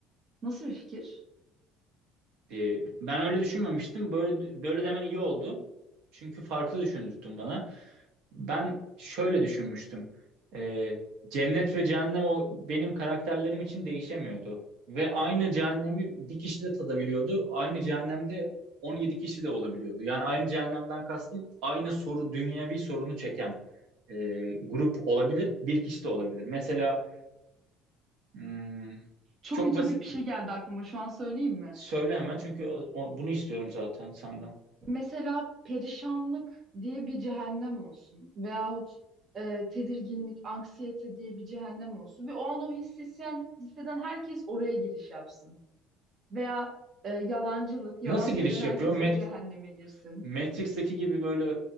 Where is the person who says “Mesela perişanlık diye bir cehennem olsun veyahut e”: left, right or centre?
Right